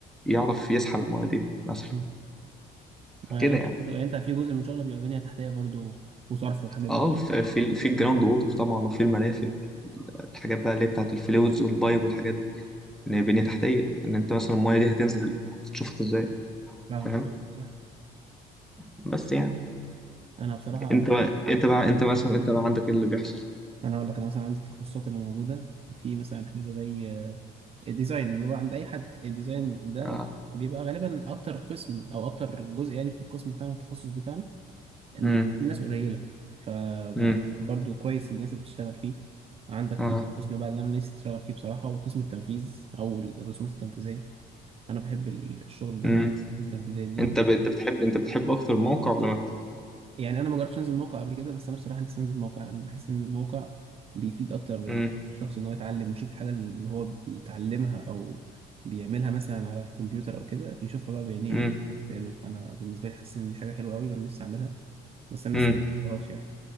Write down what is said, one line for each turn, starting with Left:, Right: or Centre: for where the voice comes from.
Centre: يعرف يسحب المياه دي مثلا
Right: مم. يعني
Centre: كده
Right: انت
Centre: يعني
Right: برضو يعني انت في جزء من شغلك بيبقى بنيه تحتيه برضو وصرف والحاجات
Centre: اه
Right: دي
Centre: في في ال- في الجراوند ووتر طبعا وفي المرافق الحاجات بقى اللي هي بتاعت الفلوز والبايب والحاجات دي ان هي بنية تحتية ان انت مثلا المايه دي هتنزل هتتشفط ازاي
Right: فاهمك
Centre: فاهم
Right: صح
Centre: بس يعني
Right: انا بصراحه
Centre: انت بقى انت بقى انت مثلا انت بقى عندك ايه اللي بيحصل
Right: انا هقول لك انا مثلا عندي التخصصات اللي موجوده في مثلا حاجه زي الديزاين اللي هو عند اي حد الديزاين ده
Centre: اه
Right: بيبقى غالبا اكتر قسم او اكتر جزء يعني في القسم بتاعنا التخصص بتاعنا بيبقى
Centre: امم
Right: في ناس قليله فبيبقى
Centre: امم
Right: برضو كويس للناس اللي بتشتغل فيه عندك
Centre: اه
Right: في قسم بقى اللي انا نفسي اشتغل فيه بصراحه هو قسم التنفيذ او الرسومات التنفيذيه انا بحب ال- الشغل ده
Centre: امم
Right: والرسومات التنفيذيه دي
Centre: انت
Right: و...
Centre: ب... انت بتحب انت بتحب اكتر موقع ولا مكتب
Right: يعني انا ما جربتش انزل موقع قبل كده بس انا بصراحه نفسي انزل موقع يعني بحس ان الموقع بيفيد اكتر
Centre: امم
Right: الشخص ان هو يتعلم ويشوف الحاجه اللي هو بيتعلمها او بيعملها مثلا على الكمبيوتر او كده يشوفها بقى بعينيه
Centre: امم
Right: وبتعمل فانا بالنسبه لي حاسس ان دي حاجه حلوه قوي وانا نفسي اعملها بس انا
Centre: امم
Right: لسه ما عملتهاش يعني